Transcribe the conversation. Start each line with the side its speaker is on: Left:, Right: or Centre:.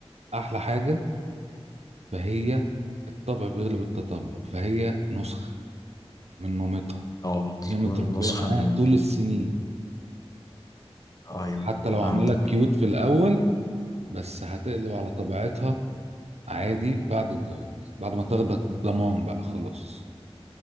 Right: احلى حاجه فهي الطبع بيغلب التطبع فهي نسخه من مامتها
Left: اه
Right: هي
Left: تكون
Right: متربيه
Left: نسخة
Right: معاها
Left: من
Right: طول
Left: والدتك
Right: السنين
Left: أيوه
Right: حتى لو عامله
Left: فهمتك
Right: لك كيوت في الاول بس هتقلب على طبيعتها عادي بعد الجواز بعد ما تاخدك ضمان بقى خلاص